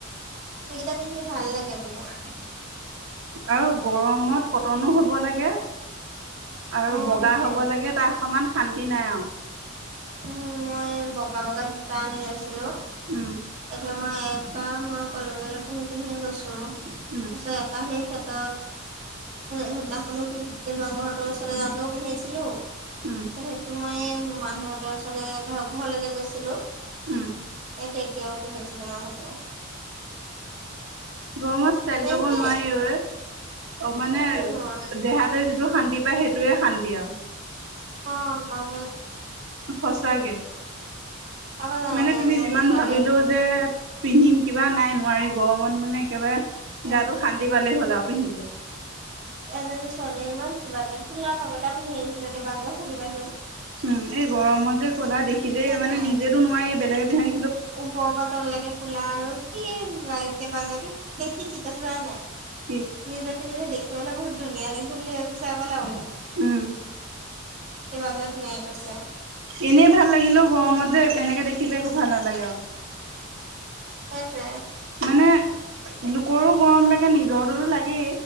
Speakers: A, on the right; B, on the right.
A: সেইকেইটা পিন্ধি ভাল লাগে আৰু বুলি
B: আৰু গৰমত কটনো হ'ব লাগে। আৰু
A: অ
B: বগা
A: সেইটোয়ে
B: হ'ব লাগে তাৰ সমমান শান্তি নাই আৰু
A: উম মই বগা বগা দুটা আনি লৈছিলো
B: উম
A: এতিয়া মই তাপাৰা মই কলেজলৈ পিন্ধি পিন্ধি গৈছো
B: উম
A: তাৰছত এটা সে ত সেইদিনাখনো ডিপাকৰ হঁতৰ ওচৰলৈ যাওঁতেও পিন্ধি আছিলো।
B: উম
A: তছত সেইটো মই মাহীহঁতৰ ওচৰলৈ ঘৰ ঘৰলৈকে গৈছিলোঁ।
B: উম।
A: তেতিয়াও পিন্ধিছিলো তোমাৰ সেইটো।
B: গৰমত ষ্টাইল
A: মেইনকে
B: কৰিব নোৱাৰিও। অ
A: তেনেকুৱা
B: মানে দেহাটোৱে যিটো শান্তি পায় সেইটোৱে শান্তি আৰু
A: অ ন
B: সঁচাকে ।
A: আকৌ জানানে
B: মানে তুমি
A: এজনী
B: যিমান
A: ছোৱালীয়ে
B: ভাবিলো যে পিন্ধিম কিবা নাই ন নোৱাৰি গৰমত মানে একেবাৰে
A: তাকে
B: গাটো শান্তি পালেই হ'ল আৰু পিন্ধিলো।
A: এজনী ছোৱালীৱে ইমান ধুমা কে ফুলা তপ এটা পিন্ধি আহিছিলে দেবাংগগক সুধিবাচোন
B: উম এই গৰমত যে কলা
A: সেইটোৱে
B: দেখিলে মানে নিজেতো নোৱাৰি বেলেগে বেহা
A: ওপৰৰ পৰা তল লাগে খোলা আৰু কি লাগে দেবাংগত শিকি কৈছ নাই
B: কি
A: নিজে নিজে দেখিবলৈ বহুত ধুনীয়া লাগিছে বুলি ভাব পিছ বল বোলে।
B: উম।
A: দেবাংগই তেনেকে কৈছে।
B: এনেই ভাল লাগিলে গৰমত যে এনেকে দেখি বিলো ভাল ন লগাগাওঁ।
A: সেটোৱে।
B: মানে লোকৰো গৰম লাগে নিজৰটোতো লাগেই